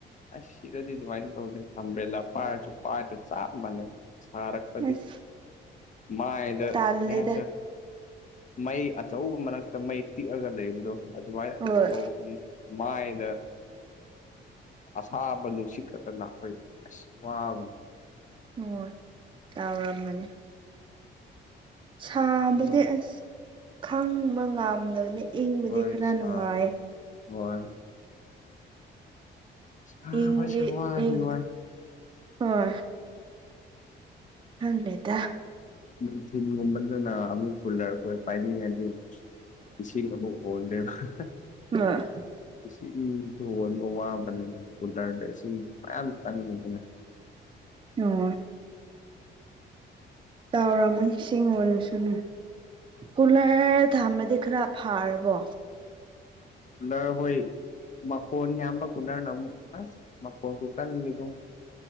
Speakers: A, on the left (about 40°); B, on the right (about 25°).
A: ꯑꯁ ꯁꯤꯗꯗꯤ ꯑꯗꯨꯃꯥꯏ ꯇꯧꯗꯦ ꯑꯝꯕꯦꯜꯂ ꯄꯥꯏꯔꯁꯨ ꯄꯥꯏꯗꯔꯁꯨ ꯆꯞ ꯃꯥꯟꯅꯩ
B: ꯑꯁ
A: ꯃꯥꯑꯗ
B: ꯇꯜꯂꯦꯗ
A: <unintelligible> ꯃꯩ ꯑꯆꯧꯕ ꯃꯔꯛꯇ ꯃꯩ ꯇꯤꯛꯑꯒ ꯂꯩꯕꯗꯣ ꯑꯗꯨꯃꯥꯏꯅ
B: ꯍꯣꯏ
A: ꯑꯗꯨꯝ ꯇꯧ ꯃꯥꯏꯗ ꯑꯁꯥꯕ ꯅꯨꯡꯁꯤꯠ ꯈꯛꯇꯅ ꯑꯩꯈꯣꯏ ꯎ ꯑꯁ ꯋꯥꯕꯅꯤ
B: ꯍꯣꯏ ꯇꯥꯎꯔꯝꯃꯅꯤ ꯁꯥꯕꯗꯤ
A: ꯃꯣꯏ
B: ꯑꯁ ꯈꯪꯕ ꯉꯝꯗꯕꯅ ꯏꯪꯕꯗꯤ
A: ꯍꯣꯏ
B: ꯈꯔ
A: ꯁꯥꯗꯤ
B: ꯅꯨꯡꯉꯥꯏ
A: ꯍꯣꯏ ꯁꯥꯕꯁꯦ
B: ꯏꯪ <unintelligible>
A: ꯋꯥꯗꯤ ꯋꯥꯏ
B: ꯈꯪꯗꯦꯗ
A: ꯅꯨꯡꯊꯤꯟꯒꯨꯝꯕꯟꯗꯨꯅ ꯑꯃꯨꯛ ꯄꯨꯨꯜꯂꯔꯈꯣꯏ ꯄꯥꯏꯅꯤꯡꯉꯩꯗꯤ ꯏꯁꯤꯡ ꯑꯃꯨꯛ <unintelligible>
B: ꯍꫭꯏ
A: ꯏꯁꯤꯡ ꯊ ꯍꯣꯟꯕ ꯋꯥꯕꯅꯤꯅ ꯀꯨꯂꯔꯗ ꯏꯁꯤꯡ ꯃꯌꯥꯝ ꯆꯪꯉꯤꯗꯅ
B: ꯑꯣ ꯇꯥꯎꯔꯝꯃꯣꯏ ꯁꯤꯡꯕ ꯁꯅꯨ ꯀꯨꯂ ꯊꯝꯕꯗꯤ ꯈꯔ ꯐꯥꯔꯕꯣ
A: ꯀꯂ ꯍꯣꯏ ꯃꯀꯣꯟ ꯌꯥꯝꯕ ꯀꯨꯂꯔꯅ ꯑꯃꯨꯛ ꯑꯁ ꯃꯀꯣꯟ ꯀ ꯀꯟꯅꯤꯗꯨ